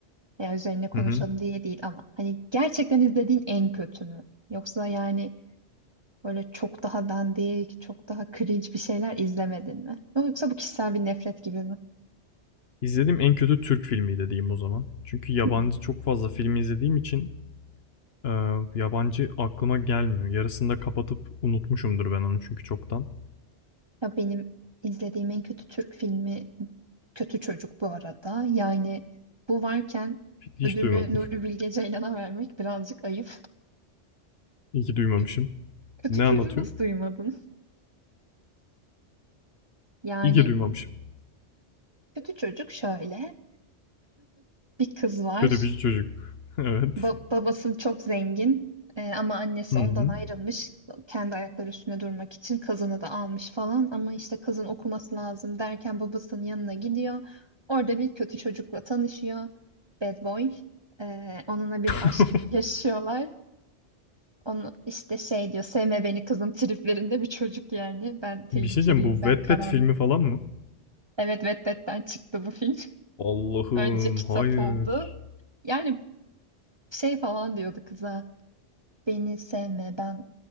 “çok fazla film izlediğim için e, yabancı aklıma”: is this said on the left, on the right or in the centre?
Left